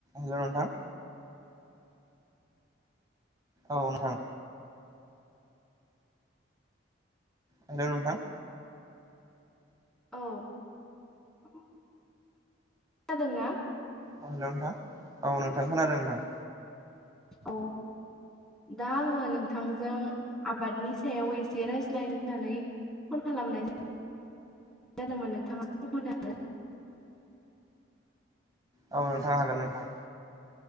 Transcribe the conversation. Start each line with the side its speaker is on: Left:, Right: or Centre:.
Right: हेल' नोंथां। औ नोंथां। हेल' नोंथां।
Centre: औ खोनादों ना?
Right: अ हेल' नोंथां औ नोंथां खोनादों नोंथां?
Centre: औ दा आङो नोंथांजों आबादनि सायाव एसे रायज्लायनो होननानै फन खालामनाय जादोंमोन नोंथाङा। <unintelligible> <inaudible>
Right: औ नोंथां हागोन नोंथां।